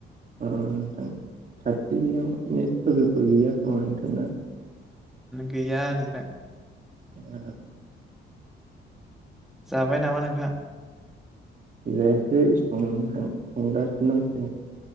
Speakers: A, on the right (about 40°); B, in the centre.
A: अ नोंथां खाथियाव नेट फोरबो गैया खोमा नोंथांना
B: गैया नोथां
A: अ
B: जाबाय नामा नोंथां
A: जायाखै संहां संगासिनो दंसो